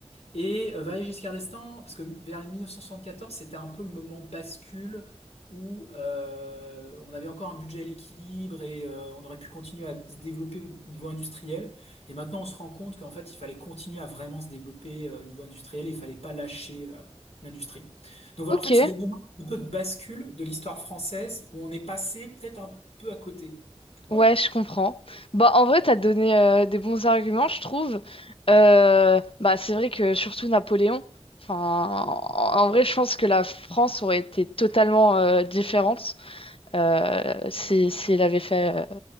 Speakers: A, on the left; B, on the left.
A: Et euh, Valéry Giscard d'Estaing, parce que vers les 1974, c'était un peu le moment bascule où euh, on avait encore un budget à l'équilibre et euh, on aurait pu continuer à se développer au niveau industriel. Et maintenant, on se rend compte qu'en fait, il fallait continuer à vraiment se développer euh, au niveau industriel et il fallait pas lâcher euh, l'industrie. Donc voilà,
B: ok.
A: en fait, c'est des moments un peu de bascule de l'histoire française où on est passé peut-être un peu à côté. Voilà.
B: Ouais, je comprends. Bah, en vrai, t'as donné euh, des bons arguments, je trouve. Euh, bah, c'est vrai que surtout Napoléon. Enfin, en en vrai, je pense que la France aurait été totalement euh, différente euh, si, si elle avait fait euh,